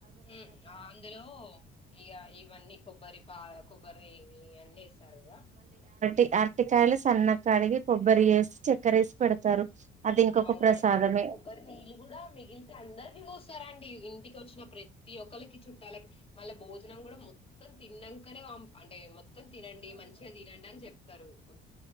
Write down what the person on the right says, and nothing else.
ఈ ఆరటికాయలు సన్నగా కడిగి కొబ్బరి వేసి చక్కర వేసి పెడతారు అది ఇంకొక
ప్రసాదమే